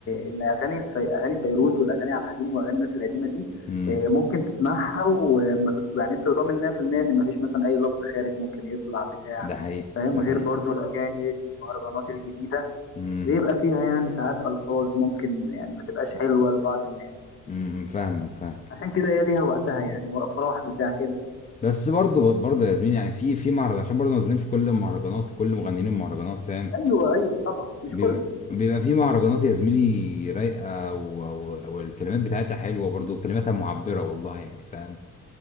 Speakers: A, on the left; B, on the left.
A: ان اغاني الفي... اغاني فيروز والاغاني عبد الحليم واغاني الناس القديمه دي
B: امم
A: آه، ممكن تسمعها وما تد... يعني انت ضامن 100% ان مفيش مثلا اي لفظ خارج ممكن يطلع بتاع
B: ده حقيقه
A: فاهم
B: ده
A: غير
B: حقيقه
A: برضو الاغاني المهرجانات الجديده
B: امم
A: بيبقى فيها يعني ساعات الفاظ ممكن يعني ما تبقاش حلوه لبعض الناس
B: امم فاهمك فاهم
A: عشان كده هي ليها وقتها يعني وافراح بتاع كده
B: بس برضه برضه يا زميلي يعني في في مهرجان عشان برضه ما نظلمش كل المهرجانات وكل مغنيين المهرجانات فاهم
A: ايوه ايوه طبعا مش
B: بيبقى
A: كله
B: بيبقى في مهرجانات يا زميلي رايقه و- و- والكلمات بتاعتها حلوه برضه وكلماتها معبره والله يعني فاهم